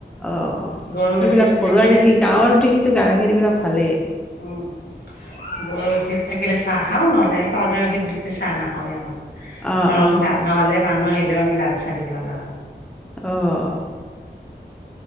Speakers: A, in the centre; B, on the left.
A: অ' সেইবিলাক
B: গৰু গাখীৰ
A: ঘৰুৱা
B: থাকিলে
A: গাখীৰ, গাঁৱৰ দেখি গাখীবিলাক ভালেই।
B: উম। গৰু গাখীৰ থাকিলে চাহ খাওঁ, নহ'লে পাউদাৰ গাখীৰ দি চাহ নাখাৱেই আমাৰ।
A: অ
B: ধৰ
A: অ
B: লাল নহ'লে মানুহ আহিলেও আমি লাল চাহ দিব লগা হয়।
A: অ'।